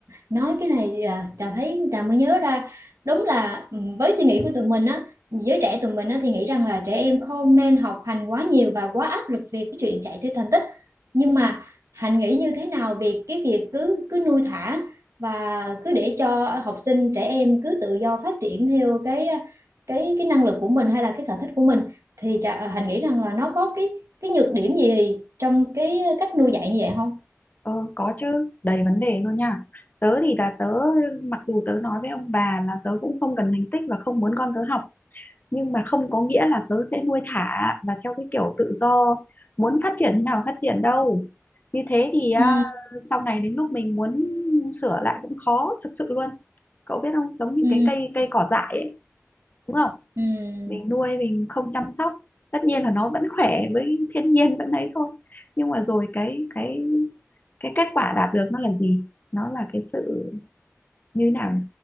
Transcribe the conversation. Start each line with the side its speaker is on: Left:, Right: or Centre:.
Right: nói cái này à, Trà thấy Trà mới nhớ ra đúng là ừ, với suy nghĩ của tụi mình á giới trẻ tụi mình á, thì nghĩ rằng là trẻ em không nên học hành quá nhiều và quá áp lực về cái chuyện chạy theo thành tích nhưng
Left: Ừ,
Right: mà Hạnh nghĩ như thế nào về cái việc cứ cứ nuôi thả và cứ để cho học sinh trẻ em cứ tự do phát triển theo cái à, cái cái năng lực của mình hay là cái sở thích của mình thì Trà, à, Hạnh nghĩ rằng là nó có cái cái nhược điểm gì trong cái cách nuôi dạy như vậy không?
Left: ờ, có chứ đầy vấn đề luôn nha tớ thì là tớ mặc dù tớ nói với ông bà là tớ cũng không cần thành tích và không muốn con tớ học nhưng mà không có nghĩa là tớ sẽ nuôi thả và theo cái kiểu tự do muốn phát triển thế nào phát triển đâu như thế thì à,
Right: Ừ.
Left: sau này đến lúc mình muốn sửa lại cũng khó thật sự luôn cậu biết không giống như
Right: ừ
Left: cái cây cây cỏ dại ấy đúng không
Right: ừ
Left: mình nuôi mình không chăm sóc tất nhiên là nó vẫn khỏe với thiên nhiên vẫn ấy thôi nhưng mà rồi cái cái cái kết quả đạt được nó là gì nó là cái sự như thế nào nhỉ